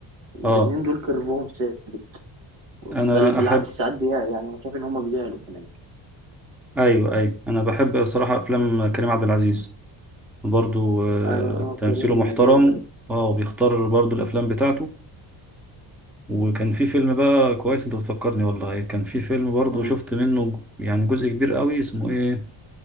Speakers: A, on the right; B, in the centre.
A: الاتنين
B: آه
A: دول كرفهم ثابت بل
B: أنا
A: بالعكس
B: أحب
A: ساعات بيع يعني انا شايف ان هما بيعلوا كمان
B: أيوه أيوه أنا بحب صراحة أفلام كريم عبد العزيز برضو آه،
A: انا اه
B: تمثيله
A: كريم
B: محترم
A: جامد اوي
B: اه بيختار برضو الافلام بتاعته وكان في فيلم بقى كويس انت بتفكرني والله كان في فيلم برضو
A: مم.
B: شفت منه ج- يعني جزء كبير قوي اسمه ايه